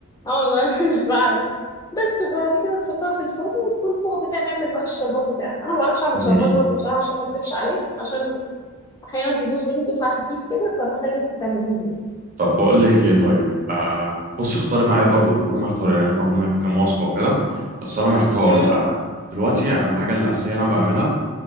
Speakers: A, on the left; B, on the right.
A: اه والله <laughs> أنا مش بعرف بس وبعد كده تحطها في الفرن وتكون فوق بتعمل بقى الشربات بتاعك انا ما بعرفش اعمل
B: مم.
A: شربات برضه بصراحه عشان ما اكدبش عليك عشان احيانا بيبوظ مني بيطلع خفيف كده فبخلي انت تعمليه لي
B: طب بقول لك ايه طيب آه بصي اختاري معايا برضو لان انا محتار يعني احنا قلنا كام وصفه وكده بس انا محتار
A: امم
B: آه، دلوقتي انا الحاجه الاساسيه اللي انا بعملها